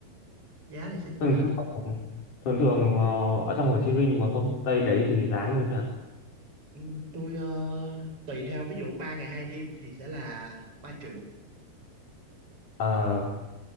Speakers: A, on the right; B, on the left.
A: giá thì sẽ như thế
B: thường
A: nào
B: thường thường thường ờ, ở trong Hồ Chí Minh mà không Tây đấy thì giá như thế nào
A: ừ, tôi ờ, tùy theo ví dụ ba ngày hai đêm thì sẽ là ba triệu
B: Ờ,